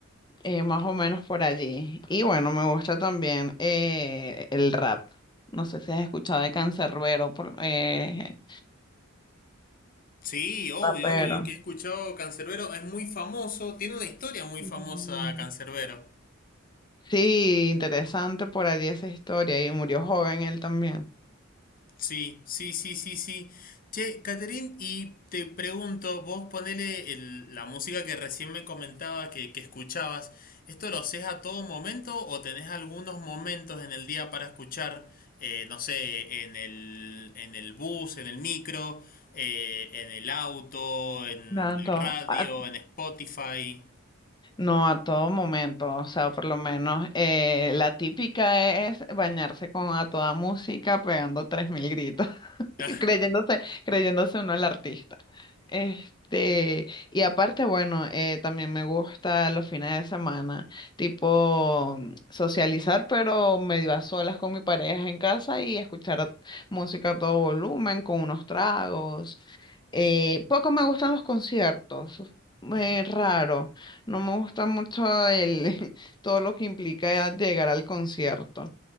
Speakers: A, on the left; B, on the left.
A: eh, más o menos por allí. Y bueno, me gusta también eh, el rap. No sé si has escuchado de Canserbero, por, eh,
B: Sí, obvio,
A: rapero.
B: obvio que he escuchado Cancerbero, es muy famoso, tiene una historia muy
A: Mm.
B: famosa Cancerbero.
A: Sí, interesante por allí esa historia. Y murió joven él también.
B: Sí, sí, sí, sí, sí. Che, Caterín, y te pregunto, vos ponele el- la música que recién me comentaba que, que escuchabas, ¿esto lo haces a todo momento o tenés algunos momentos en el día para escuchar, eh, no sé, en el, en el bus, en el micro, eh, en el auto, en
A: Nada,
B: la
A: en todo-
B: radio,
A: a-
B: en Spotify?
A: no, a todo momento. O sea, por lo menos eh, la típica es bañarse con a toda música pegando 3.000 gritos. <laughs>
B: Ah,
A: creyéndose, creyéndose uno el artista. Este, y aparte, bueno, eh, también me gusta los fines de semana, tipo mm, socializar, pero medio a solas con mi pareja en casa y escuchar a- música a todo volumen, con unos tragos. Eh, poco me gustan los conciertos,
B: ajá.
A: eh, raro. No me gusta mucho el, <laughs> todo lo que implica llegar al concierto.